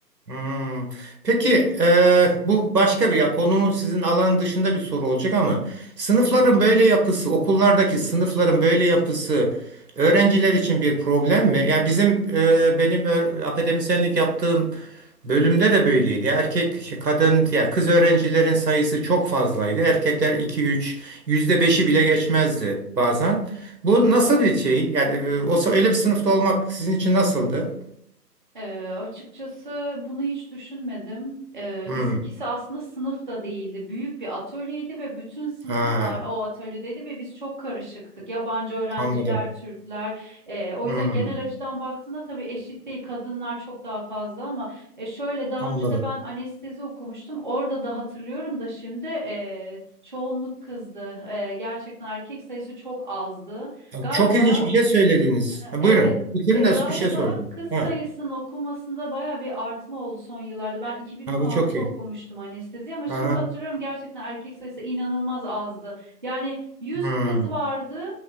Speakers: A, on the right (about 70°); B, on the right (about 30°).
A: Hmm. Peki e, bu başka bir ya konumun sizin alan dışında bir soru olacak ama sınıfların böyle yapısı, okullardaki sınıfların böyle yapısı öğrenciler için bir problem mi? Yani bizim e, benim ö- akademisyenlik yaptığım bölümde de böyleydi. Ya Erkek, şey, kadın, ya kız öğrencilerin sayısı çok fazlaydı. Erkekler iki üç yüzde beşi bile geçmezdi bazen. Bu nasıl bir şey? Yani e, olsa öyle bir sınıfta olmak sizin için nasıldı?
B: Ee, açıkçası bunu hiç düşünmedim. Ee,
A: Hmm.
B: bizimkisi aslında sınıfta değildi. Büyük bir atölyeydi ve bütün sınıflar
A: Ha,
B: o atölyedeydi ve biz çok karışıktık. Yabancı öğrenciler,
A: anladım.
B: Türkler. Ee, o
A: Hmm,
B: yüzden genel açıdan baktığında tabii eşit değil. Kadınlar çok daha fazla ama e, şöyle daha
A: anladım.
B: önce de ben anestezi okumuştum. Orada da hatırlıyorum da şimdi e, çoğunluk kızdı. E, gerçekten erkek sayısı çok azdı.
A: Ya,
B: Galiba.
A: Çok ilginç bir şey söylediniz. Ha,
B: Evet.
A: buyurun. Bitirin
B: E,
A: de
B: galiba
A: bir şey sordum.
B: kız sayısının
A: Ha,
B: okunmasında baya bir artma oldu son yıllarda. Ben 2016'da
A: ha bu çok iyi.
B: okumuştum anestezi ama şimdi
A: Aha,
B: hatırlıyorum gerçekten erkek sayısı inanılmaz azdı. Yani yüz
A: hmm,
B: kız vardı,